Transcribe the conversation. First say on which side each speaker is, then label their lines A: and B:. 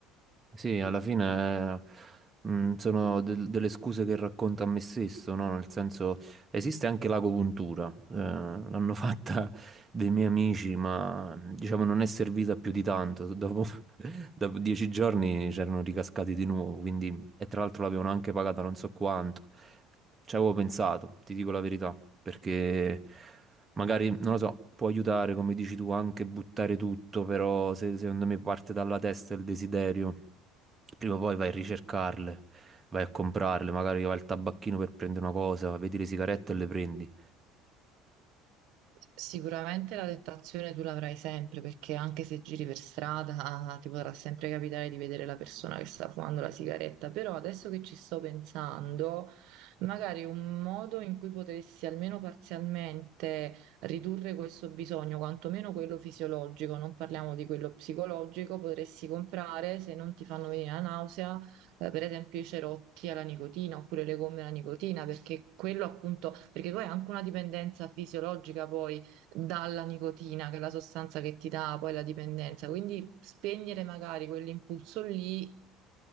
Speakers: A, on the right (about 20°); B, on the right (about 65°).
A: Sì, alla fine eh, mh, sono del- delle scuse che racconto a me stesso, no? Nel senso, esiste anche l'agopuntura, eh, l'hanno <laughs> fatta dei miei amici, ma diciamo non è servita più di tanto. Dopo, <laughs> dopo dieci giorni c'erano ricascati di nuovo, quindi, e tra l'altro l'avevano anche pagata non so quanto. Ci avevo pensato, ti dico la verità, perché magari, non lo so, può aiutare, come dici tu, anche buttare tutto, però se, secondo me parte dalla testa il desiderio, prima o poi vai a ricercarle, vai a comprarle, magari vai al tabacchino per prendere una cosa, vedi le sigarette e le prendi.
B: Sicuramente la tentazione tu l'avrai sempre perché anche se giri per strada ah, ti potrà sempre capitare di vedere la persona che sta fumando la sigaretta, però adesso che ci sto pensando, magari un modo in cui potessi almeno parzialmente ridurre questo bisogno, quantomeno quello fisiologico, non parliamo di quello psicologico, potresti comprare se non ti fanno venire la nausea eh, per esempio i cerotti alla nicotina oppure le gomme alla nicotina, perché quello appunto, perché tu hai anche una dipendenza fisiologica poi dalla nicotina, che è la sostanza che ti dà poi la dipendenza, quindi spegnere magari quell'impulso lì